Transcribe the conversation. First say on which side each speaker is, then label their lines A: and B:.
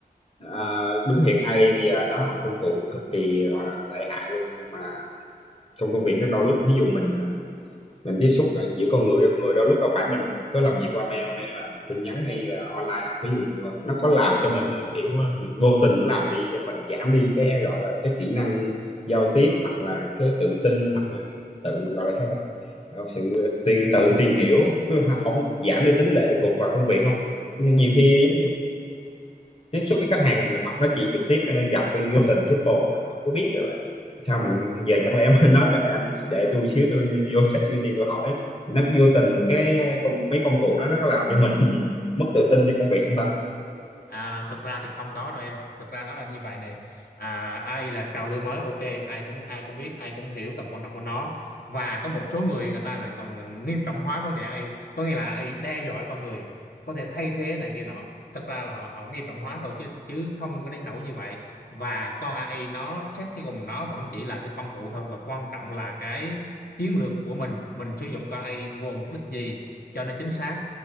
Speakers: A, on the left; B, on the left.
A: à, đúng thiệt AI bây giờ nó là một công cụ cực kỳ gọi là lợi hại luôn nhưng mà trong công việc đó đôi lúc ví dụ mình à, mình tiếp xúc là giữa con người với con người đôi lúc đâu phải mình cứ làm việc qua mail hay là tin nhắn hay là online đâu ví dụ à, nó có làm cho mình kiểu à, vô tình nó làm đi cho mình giảm đi cái gọi là cái kỹ năng giao tiếp hoặc là cái tự tin hoặc là tự gọi là sao ta Ờ, sự tự tự tìm hiểu cứ không giảm đi tính lệ thuộc vào công việc không Nhưng nhiều khi tiếp xúc với khách hàng họ nói chuyện trực tiếp ờ, gặp tôi vô tình chết bồ mình không có biết rồi là sao mình giờ chẳng lẽ mình <laughs> nói để anh để tôi xíu tôi vô ChatGPT tôi hỏi nó vô tình cái ờ, công mấy công cụ đó nó có làm cho mình <laughs> mất tự tin cho công việc không ta
B: À, thực ra thì không có đâu em. Thực ra nó là như vậy nè. À, AI là trào lưu mới, ok, ai cũng ai cũng biết, ai cũng hiểu tầm quan trọng của nó. Và có một số người người ta lại còn nghiêm trọng hóa vấn đề AI, có nghĩa là AI đe dọa con người, có thể thay thế này kia nọ. Thực ra là họ họ nghiêm trọng hóa thôi chứ chứ không có đến nỗi như vậy. Và con AI nó xét cho cùng nó vẫn chỉ là cái công cụ thôi và quan trọng là cái chiến lược của mình, mình sử dụng con AI vô mục đích gì cho nó chính xác